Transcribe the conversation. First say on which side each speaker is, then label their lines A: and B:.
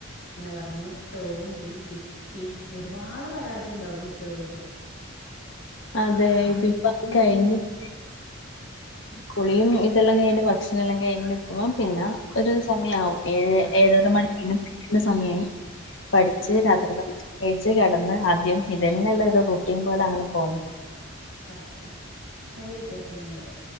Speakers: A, on the left; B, on the left.
A: പറഞ്ഞു തോണ്ടി പിച്ചി ഒരുപാട് പരാതി ഉണ്ടാവും ദിവസവും
B: അതെ ഇത്പ്പ
A: ഉം
B: കഴഞ്ഞി്ട്ട് കുളിയും ഇതെല്ലാം കഴിഞ്ഞ് ഭക്ഷണല്ലാം കഴിഞ്ഞു നിൽക്കുമ്പ പിന്നെ ഒരു സമയമാവും ഏ
A: ആഹ്
B: ഏഴര
A: അതെ
B: മണിക്കിനും എ സമയായി പഠിച്ച്
A: തീർച്ചയായും
B: രാത്രി നമ കഴ ച്ച് കടന്ന് ആദ്യം ന്നെല്ല ഒരു റുട്ടീം പോലെ അങ്ങനെ പോണം
A: കറക്റ്റാ വലിയ വ്യത്യാസൊന്നുല്ല